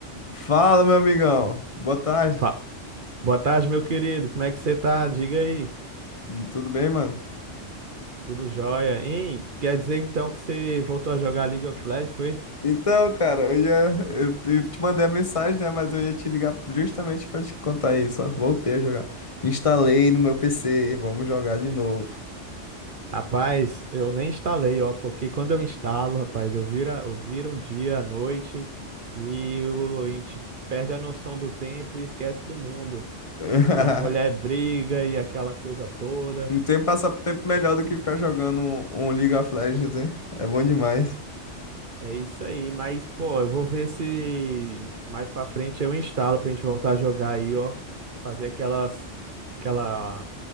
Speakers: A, on the left; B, on the right.
A: Fala, meu amigão. Boa tarde.
B: Fa- Boa tarde, meu querido. Como é que você tá? Diga aí.
A: Tudo bem, mano?
B: Tudo jóia, hein? Quer dizer então que você voltou a jogar League of Legends, foi?
A: Então, cara, eu ia, eu te eu te mandei a mensagem, né? Mas eu ia te ligar justamente pra te contar isso, ó. Voltei a jogar. Instalei no meu PC. Vamos jogar de novo.
B: Rapaz, eu nem instalei, ó, porque quando eu instalo, rapaz, eu vira, eu viro o dia, a noite e eu- a gente perde a noção do tempo e esquece do mundo.
A: <laughs>
B: E a mulher briga e aquela coisa toda.
A: Não tem passar tempo melhor do que ficar jogando um, um League of Legends, hein? É bom demais.
B: É isso aí, mas pô, eu vou ver se mais pra frente eu instalo pra gente voltar a jogar aí, ó, fazer aquelas aquela